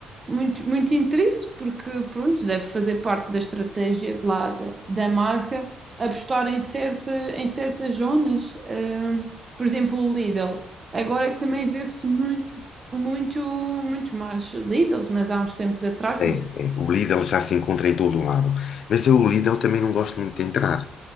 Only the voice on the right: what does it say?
muito, muito interesse, porque, pronto, deve fazer parte da estratégia de lá da, da marca apostar em, certa, em certas zonas. Ahm, por exemplo, o Lidl. Agora é que também vê-se muito, muito, muito mais Lidls, mas há uns tempos atrás, por exemplo,